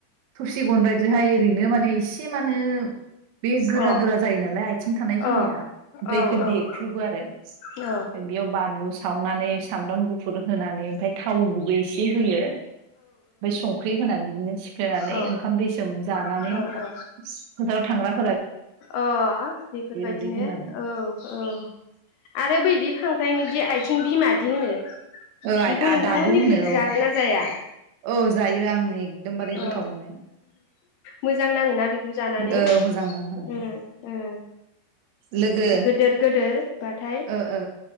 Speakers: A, on the right (about 65°); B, on the left (about 70°).
A: थबसि गनदायजोहाय ओरैनो माने इस एसे मानो बे गोरा
B: अ
A: गोरा जायो नालाय आथिं थानायखिनिया
B: अ
A: ओमफाय
B: औ औ
A: इखौ
B: औ
A: देख्रुबो आरो फ्राय
B: ओ औ
A: बेयाव बानलु सावनानै स सामब्राम गुफुर होनानै ओमफाय थाव गुबै एसे होयो ओमफाय संख्रि होनानै बिदिनो सिफ्लेनानै
B: अ
A: ओंखाम दैसोम जानानै
B: अ अ
A: फोथाराव थांग्रा
B: अ बेफोरबायदिनो
A: उदै बुंनानै
B: औ औ आरो बैदि खांख्राइनि दि आथिं बिमा दि होनो
A: ओ
B: बेखौ नोंथांमोननि
A: दाबु होनो
B: थिं
A: औ
B: जागोन ना जाया <inaudible>
A: औ जायो आंनि एकदमबारे
B: अ
A: गोथाव मोनो
B: मोजां नाङोना बेखौ जानानै
A: औ मोजां नाङो
B: उम उम
A: लोगो
B: गोदोर गोदोर बाथाय
A: ओ ओ